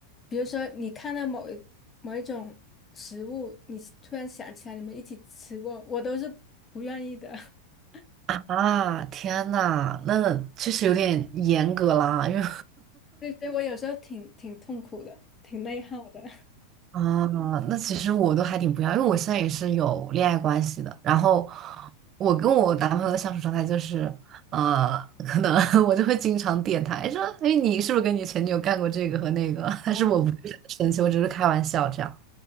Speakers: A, on the left; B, on the right.
A: 比如说你看到某一某一种食物，你突然想起来你们一起吃过，我都是不愿意的。<laughs>
B: 啊，天呐，那确实有点严格啦，因为
A: 对，所以我有时候挺挺痛苦的，挺内耗的。<laughs>
B: <laughs> 啊，那其实我都还挺不要，因为我现在也是有恋爱关系的。然后我跟我男朋友的相处状态就是，呃，可能 <laughs> 我就会经常点他，哎说，哎，你是不是跟你前女友干过这个和那个？<laughs> 但是我不是很生气，
A: 哦，
B: 我只是开玩笑这样。